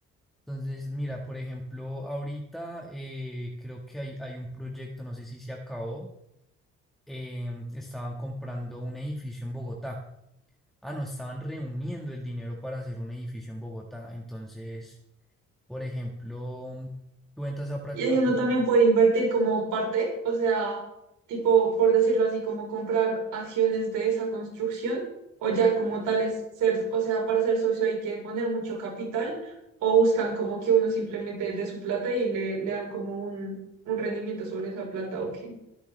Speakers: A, in the centre; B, on the right.
A: Entonces, mira, por ejemplo, ahorita eh, creo que hay, hay un proyecto, no sé si se acabó, em, estaban comprando un edificio en Bogotá. Ah, no, estaban reuniendo el dinero para hacer un edificio en Bogotá. Entonces, Por ejemplo, mm, tú entras a, pra-
B: Y ahí
A: a
B: uno
A: parte-
B: también puede invertir como parte, o sea, tipo, por decirlo así, como comprar acciones de esa construcción o ya como tales ser, o sea, para ser socio hay que poner mucho capital o buscan como que uno simplemente de su plata y le, le dan como un, un rendimiento sobre esa plata o qué.